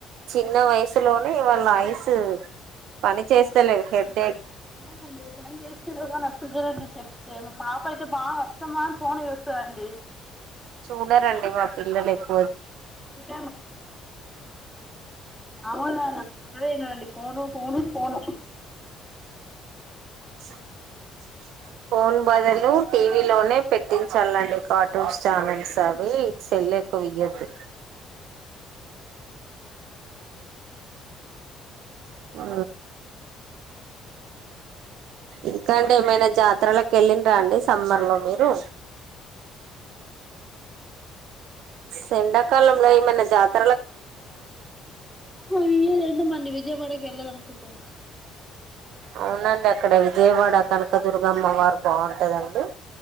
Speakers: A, on the right (about 60°); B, in the centre.
A: చిన్న వయసులోనే వాళ్ళ ఐస్ పని చేస్తలే హెడ్
B: అవునండి పని చేస్తారు కానీ అసల్కి వినరు చెప్తే మా పాప అయితే బాగా అస్తమాన్ ఫోన్నే చూస్ సండి
A: చూడరండి మా పిల్లలు ఎక్
B: <unintelligible> అవును నాన్న అదే ఇనడండి ఫోను ఫోను ఫోను
A: సా స ఫోన్ బదలు టీవీ లోనే పెట్టించాలండి కార్టన్స్ ఛానల్స్ తవి సెల్ ఎక్కువ ఇయ్యదు ఆ ఆ ఇంకా అంటే ఏమైనా జాతర లేక్ కెళ్ళిన రండి సమ్మర్ లో మీరు సెండాకాలంలో ఏమన్నా జాత్
B: హోయో లేదమండి విజయవాడకి వెళ్ళాలి అనుకుంటున్నా
A: అవునండి అక్కడ విజయవాడ కనకదుర్గమ్మవారు బావుంటదండి